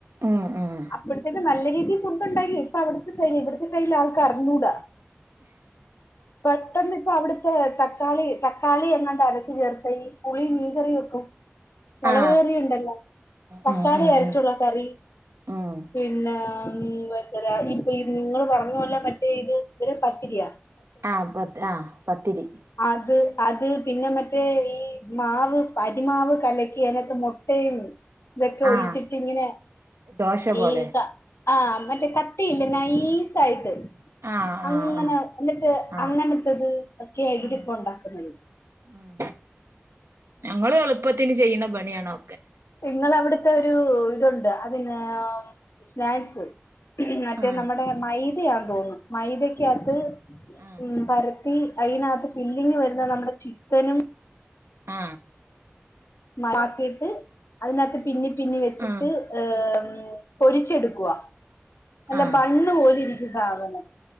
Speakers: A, on the right; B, on the left.
A: ഉം ഉം
B: അപ്പഴത്തൊക്കെ നല്ല രീ ഈ ഫുഡ് ഉണ്ടാക്കി ഇപ്പ അവിടുത്തെ ശൈലി ഇവിടുത്തെ ശൈലി ആൾക്കറിഞ്ഞൂടാ. പെട്ടെന്ന് ഇപ്പോ അവിട്ത് ത് തക്കാളി തക്കാളി എങ്ങാണ്ട് അരച്ച ചേർത്ത ഈ പുളി മീൻകറി വെക്കും. മൊളക്
A: ആ
B: കറിയുണ്ടല്ലോ. തക്കാളി
A: ഉം ഉം
B: അരച്ചുള്ള
A: ഉം
B: കറി
A: ഉം
B: പിന്നെ ആ <unintelligible> നിങ്ങള് പറഞ്ഞ പോലെ മറ്റേ ഇത് ഇ പത്തിരിയ
A: ആ പത്ത് ആഹ് പത്തിരി
B: അത് അത് പിന്നെ മറ്റേ ഈ മാവ് അരിമാവ് കലക്കി അതിനാത്ത് മൊട്ടയും ഇതൊക്കെ ഒഴിച്ചിട്ട്
A: ആ
B: ഇങ്ങനെ
A: ദോശ പോലെ
B: ഈ ക ആ മറ്റേ ക ട്ടിയിണ്ട് നൈസായിട്ട്
A: ആ
B: അങ്ങനെ
A: ആ ആ
B: എന്നിട്ട്
A: ആ
B: അങ്ങനത്തത് ഒക്കെയ ഇവിടെ
A: ആ
B: ഇപ്പോ ഒണ്ടാക്കുന്നത്.
A: ഉം ഞങ്ങള് എളുപ്പത്തിന് ചെയ്യുന്ന പണിയാണോ.
B: നിങ്ങളവിടുത്തെ ഒരു ഇതുണ്ട് അതിനാ സ്നാക്സ് മറ്റേ
A: ആ
B: നമ്മടെ മൈ ക്യാന്ന് തോന്നുന്നു മൈദയ്ക്കാത്ത്
A: ആ
B: മ് പര ത്തി അയിനാത്ത് ഫില്ലിങ് വരുന്ന നമ്മടെ ചിക്കനും
A: ആ
B: മാക്കിട്ട് അതിനാത്ത് പിന്നി പിന്നി വെച്ചിട്ട്
A: ആ
B: ഏ പൊരിച്ചെടുക്കുവാ. അല്ല
A: ആ
B: ബണ്ണ് പോലിരി ഭാവനം.